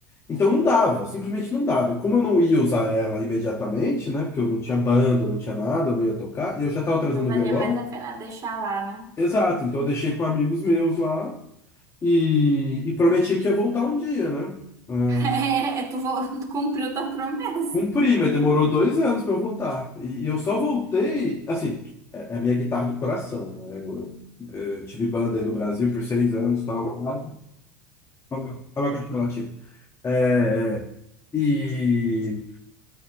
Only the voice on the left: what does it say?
Então não dava, simplesmente não dava. E como eu não ia usar ela imediatamente, né? Porque eu não tinha banda, não tinha nada, eu não ia tocar, e eu já tava trazendo
violão.
Exato, então eu deixei com amigos meus lá e, e prometi que ia voltar um dia, né? Ah,
cumpri, mas demorou dois anos para eu voltar. E, e eu só voltei, assim, é é a minha guitarra do coração, né? Eu, eu, eu tive banda aí no Brasil por seis anos, tal. Olha olha a minha cachorro É, é. E